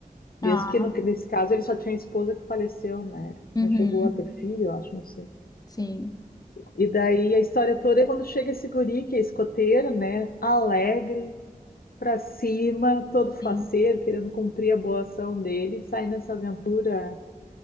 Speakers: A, on the left (about 85°); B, on the left (about 25°).
A: Mesmo
B: Ah,
A: que no, nesse caso ele só tinha a esposa que faleceu, né?
B: uhum.
A: Não chegou a ter filho, eu acho, não sei.
B: Sim.
A: E daí a história toda é quando chega esse guri, que é escoteiro, né? Alegre, pra cima, todo faceiro,
B: Sim.
A: querendo cumprir a boa ação dele, sai nessa aventura